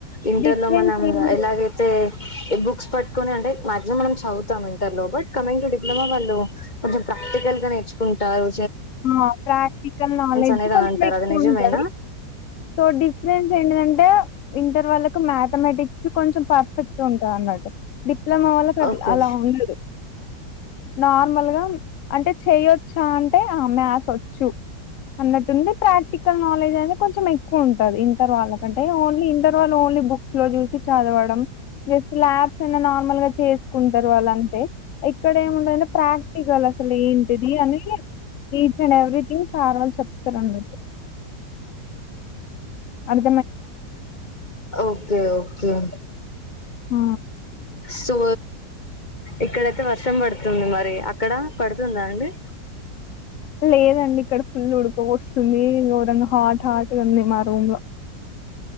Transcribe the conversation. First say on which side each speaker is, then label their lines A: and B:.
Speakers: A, on the left; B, on the left.
A: ఇంటర్
B: డిఫరెన్స్
A: లో మనం
B: ఏం లేదు
A: ఎలాగైతే ఈ బుక్స్ పట్కొని అంటే మాక్సిమం మనం చదువుతాం ఇంటర్ లో. బట్ కమింగ్ టు డిప్లొమా వాళ్ళు కొంచెం ప్రాక్టికల్ గా నేర్చు కుంటారు.
B: ఆ ప్రాక్టికల్ నాలెడ్జ్
A: అనేది
B: కొంచెం
A: అని అంటారు
B: ఎక్కువ
A: అది నిజమేనా
B: ఉంటది సో డిఫరెన్ సెంటీ దంటే ఇంటర్ వాళ్ళకు మథమెటిక్స్ కొంచెం పర్ఫెక్ట్ ఉంటంది అన్నట్టు డి ప్ ప్లోమా వాళ్ళకి అట్లా
A: ఓకే
B: అలా ఉన్ లేదు నార్మల్గా అంటే చెయొచ్చా అన్ టే మ్యాథ్ వచ్చు అన్నట్టుంది ప్రాక్టికల్ నాలెడ్జ్, అనేది కొంచెం ఎక్కువ ఉంటది. ఇంటర్ వాళ్ళ కంటే, ఓన్లీ ఇంటర్ వాళ్ ఓన్లీ బుక్స్ లో చూసి చదవడం, జస్ట్ ల్యాబ్స్ ఏనా నార్మల్గా చేసుకుంటారు వాళ్ అంతే ఇక్కడ ఏముండంటే ప్రాక్టికల్ అసలు ఏంటిది అని ఈచ్ అండ్ ఎవ్రీథింగ్ సార్ వాల్ు చెప్తారు అన్నట్టు అన్
A: ఓకే ఓ ఏమిటండి.
B: ఆ
A: సో ఇక్కడైతే వర్షం పడుతుంది. మరి అక్కడ పడుతుందా అండి.
B: లేదండి ఇక్కడ ఫుల్ ఉడుక పోస్తుంది. ఘోరంగా హాట్ హాట్గా ఉంది. మా రూమ్ లో